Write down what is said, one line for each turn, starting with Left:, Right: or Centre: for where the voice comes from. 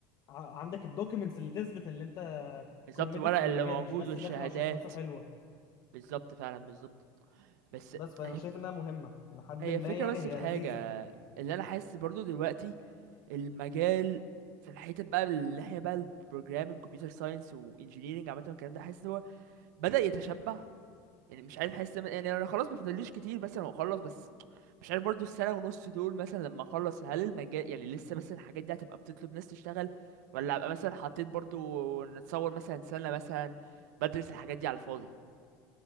Left: ع- عندك الدوكيومنتس اللي تثبت اللي انت
Right: بالظبط
Left: كوميتد
Right: الورق
Left: في
Right: اللي
Left: المجال
Right: موجود
Left: مش بس
Right: والشهادات
Left: داخله عشان فلوسه حلوه
Right: بالظبط فعلا بالظبط بس
Left: بس فانا
Right: هي
Left: شايف انها مهمه الى حد
Right: هي
Left: ما
Right: الفكرة
Left: يعني
Right: بس
Left: هي
Right: في حاجة
Left: لذيذه
Right: اللي انا حاسس برضو دلوقتي المجال في الحتة بقى من الناحية بقى البروجرامينج كمبيوتر ساينس وانجينيرنج عامة والكلام ده حاسس ان هو بدأ يتشبع يعني مش عارف حاسس إن- يعني انا خلاص ما فاضليش كتير مثلا واخلص بس مش عارف برضو السنة ونص دول مثلا لما اخلص هل المجال يعني لسه مثلا الحاجات دي هتبقى بتطلب ناس تشتغل ولا ابقى مثلا حطيت برضو نتصور مثلا سنة مثلا بدرس الحاجات دي على الفاضي